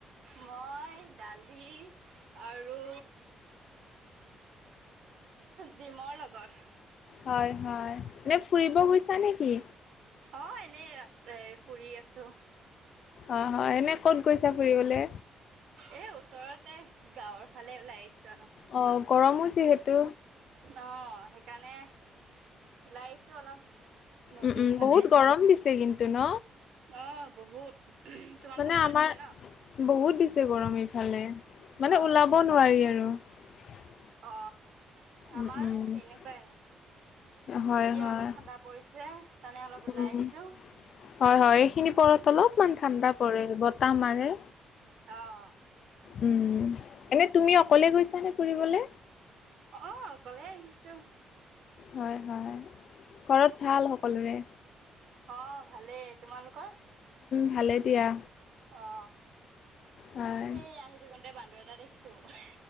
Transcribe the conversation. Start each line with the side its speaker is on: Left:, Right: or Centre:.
Right: মই দালি, আৰু ডিমৰ লগৰ।
Left: হয় হয় এনেই ফুৰিব গৈছা নেকি?
Right: অ এনেই ৰাস্তাই ফুৰি আছো
Left: অ হয় এনে ক'ত গৈছা ফুৰিবলে?
Right: এই ওচৰতে গাঁৱৰ ফালে ওলাই আহিছোঁ আৰু
Left: অ গৰমো যিহেতু
Right: অ সেইকাৰণে ওলাই আহিছো অলপ নদীৰ
Left: উম উম
Right: ফালে
Left: বহুত গৰম দিছে কিন্তু ন?
Right: অ বহুত তোমালোকৰ
Left: মানে
Right: ফালেও
Left: আমাৰ
Right: দিছে ন
Left: বহুত দিছে গৰম ইফালে মানে
Right: অ
Left: ওলাব নোৱাৰি আৰু। <unintelligible>
Right: অ আমাৰো
Left: উম উম
Right: তেনেকুৱাই।
Left: হয়
Right: এতিয়া
Left: হয়
Right: অলপ ঠাণ্ডা পৰিছে সেইকাৰণে অলপ ওলাই
Left: উম
Right: আহিছো।
Left: হয় হয় এইখিনি পৰত অলপমান ঠাণ্ডা পৰে বতাহ মাৰে।
Right: অ
Left: উম, এনে তুমি অকলে গৈছা নে ফুৰিবলে?
Right: অ অকলে আহিছো
Left: হয়- হয়, ঘৰত ভাল সকলোৰে?
Right: অ', ভালেই তোমালোকৰ?
Left: ভালে দিয়া।
Right: অ,
Left: হয়।
Right: সে আহি থাকোতে বান্দৰ এটা দেখিছো মই